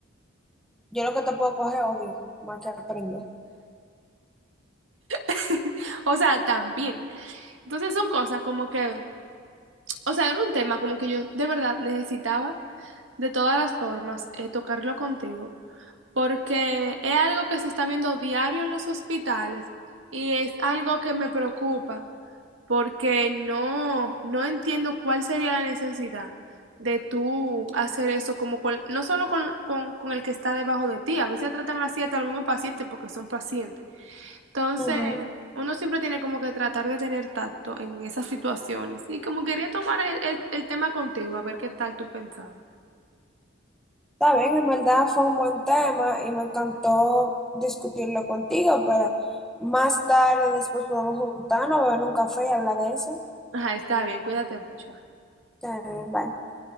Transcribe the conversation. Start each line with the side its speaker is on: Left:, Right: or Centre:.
Centre: Yo lo que te puedo coger es odio, más que aprender.
Right: <laughs> O sea, también. Entonces son cosas como que, o sea, era un tema como que yo de verdad necesitaba de todas las formas eh, tocarlo contigo, porque es algo que se está viendo diario en los hospitales y es algo que me preocupa. porque no, no entiendo cuál sería la necesidad de tú hacer eso como con, no solo con, con, con el que está debajo de ti, a veces tratan así hasta los mismos pacientes porque son pacientes. Entonces,
Centre: Ujú.
Right: uno siempre tiene como que tratar de tener tacto en esas situaciones. Y como quería tomar el, el- el tema contigo, a ver qué tal tú pensabas.
Centre: Está bien, en verdad fue un buen tema y me encantó discutirlo contigo, pero más tarde después podemos juntarnos, beber un café y hablar de eso.
Right: Ajá, está bien, cuídate mucho.
Centre: Está bien, bye.